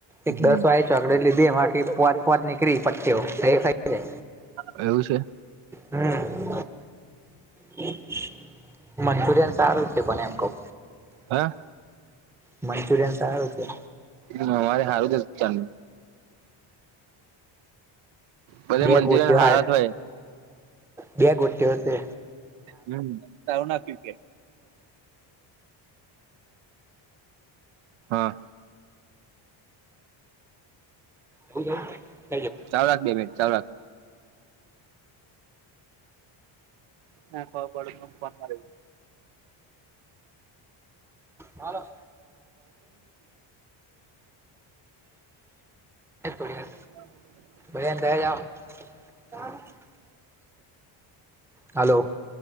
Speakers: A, in the centre; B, on the right.
A: એક
B: હમ
A: દસ વાળી ચોકડ એટ લીધે એ માખી પોત પોત નીકળી પટચ થઈ જાય.
B: એવું છે.
A: હમ્મ. હ મંચુરિયન સારું છે પણ એમ કવ.
B: હા?
A: મંચુરિયન સારું છે.
B: અમારે સારું જ ચાલ. બધે
A: બે
B: મંચુરિયન
A: ગોટયો
B: હારા
A: હાર
B: જ હોય
A: બે ગોયો છે તે.
B: હમ્મ ટાઉન આપ્યું કે <inaudible> હા.
A: હમ્મ.
B: ચાલુ રાક બે મીન ચાલુ રાક. હા ક પડું ફોન માર.
A: હાલો <inaudible> <inaudible>
B: બ
A: <unintelligible> હાલો.